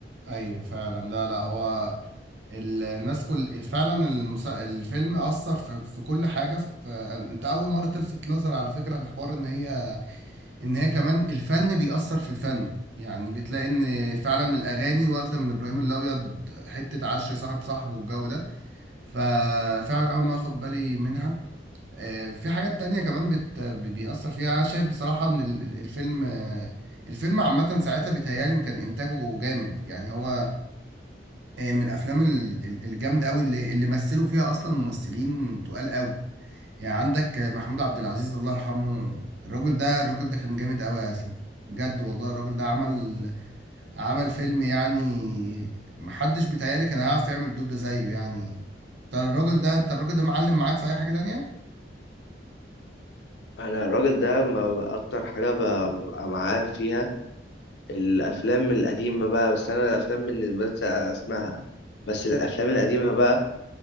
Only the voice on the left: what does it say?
انا الراجل ده ما ب- اكتر حاجه ب- ببقى معاه فيها الافلام القديمه بقى بس انا الافلام بالنسبه لي اسمعها بس الافلام القديمه بقى